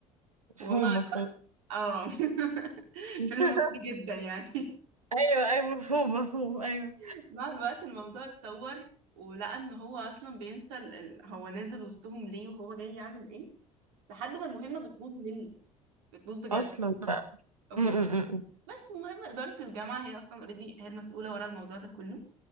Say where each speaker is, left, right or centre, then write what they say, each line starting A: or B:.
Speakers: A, on the right; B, on the right.
A: مفهوم
B: ومع
A: مفهوم
B: الوقت اه <laughs>
A: <laughs>
B: فيلم مصري جدا يعني
A: ايوه ايوه مفهوم مفهوم ايوه
B: <laughs> مع الوقت الموضوع اتطور ولقى ان هو اصلا بينسى ال... ال- هو نازل وسطهم ليه وهو جاي يعمل ايه لحد ما المهمة بتبوظ منه بتبوظ بجد
A: اصلا بقى
B: اوكي
A: م -م -م.
B: بس المهم إدارة الجامعة هي أصلا اوريدي هي المسؤولة ورا الموضوع ده كله